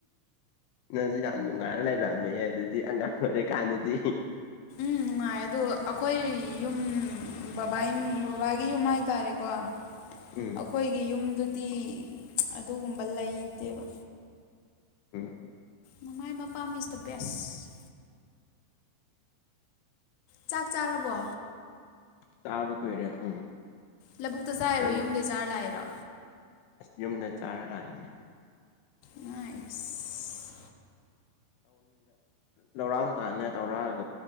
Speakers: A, on the left (about 80°); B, on the left (about 65°).
A: ꯅꯪꯁꯨ ꯌꯥꯝ ꯅꯨꯡꯉꯥꯏꯔ ꯂꯩꯔꯝꯃꯦ ꯑꯗꯨꯗꯤ ꯑꯉꯥꯡ ꯑꯣꯏꯔꯤꯀꯥꯟꯗꯗꯤ
B: ꯎꯝ ꯅꯨꯡꯉꯥꯏ ꯑꯗꯣ ꯑꯩꯈꯣꯏ ꯌꯨꯝ ꯕꯕꯥ ꯕꯕꯥꯒꯤ ꯌꯨꯝ ꯍꯥꯏꯇꯥꯔꯦꯀꯣ ꯑꯩꯈꯣꯏꯒꯤ
A: ꯎꯝ
B: ꯌꯨꯝꯗꯨꯗ ꯗꯤ ꯑꯗꯨꯒꯨꯝꯕ ꯂꯩꯇꯦꯕ
A: ꯎꯝ
B: ꯃꯃꯥꯏ ꯃꯄꯥꯝ ꯏꯁ ꯗ ꯕꯦꯁ ꯆꯥꯛ ꯆꯥꯔꯕꯣ
A: ꯇꯥꯕꯕꯨ ꯄ ꯑꯣꯏꯔꯦ ꯎꯝ
B: ꯂꯧꯕꯕꯨꯛꯇ ꯆꯥꯑꯔꯣ
A: ꯅꯪ
B: ꯌꯨꯝꯗꯩ ꯆꯥꯔ ꯂꯥꯛꯏꯔꯣ
A: ꯌꯨꯝꯗ ꯆꯥꯔ ꯂꯥꯛꯏꯅꯦ
B: ꯏꯥꯏꯁ
A: ꯂꯧꯔꯥꯡ ꯇꯥꯅꯤ ꯇꯧꯔꯑꯒ